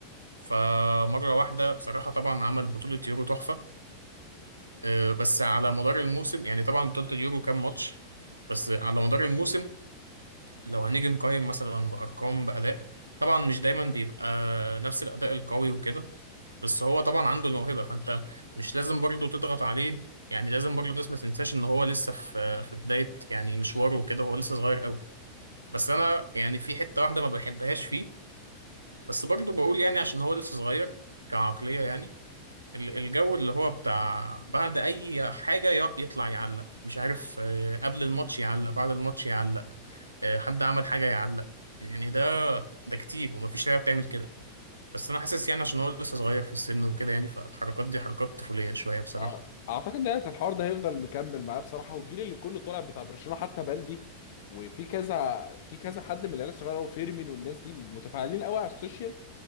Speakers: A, on the right; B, on the left.
A: فمرة واحدة بصراحة طبعا عمل بطولة يورو تحفة اه، بس على مدار الموسم يعني طبعا بطولة اليورو كام ماتش بس على مدار الموسم لو هنيجي نقيم مثلا بأرقام بأداء طبعا مش دايما بيبقى نفس الأداء القوي وكده بس هو طبعا عنده الموهبة فانت مش لازم برضه تضغط عليه يعني لازم برضه الناس ما تنساش ان هو لسه في في بداية يعني مشواره وكده هو لسه صغير قوي بس انا يعني في حتة واحدة ما بحبهاش فيه بس برضه بقول يعني عشان هو لسه صغير كعقلية يعني ال- الجو اللي هو بتاع بعد اي حاجة ي- يطلع يعلق مش عارف آه، قبل الماتش يعلق بعد الماتش يعلق آه، حد عمل حاجة يعلق يعني ده ده كتير ومفيش لعيبة بتعمل كده بس انا حاسس يعني عشان هو لسه صغير في السن وكده يعني فالحركات دي حركات طفوليه شويه بصراحه
B: أع- اعتقد ان الحوار ده هيفضل مكمل معاه بصراحه والجيل اللي كله طالع بتاع برشلونه حتى بلدي وفي كذا في كذا حد من العيال الصغيره وفيرمين والناس دي متفاعلين قوي على السوشيال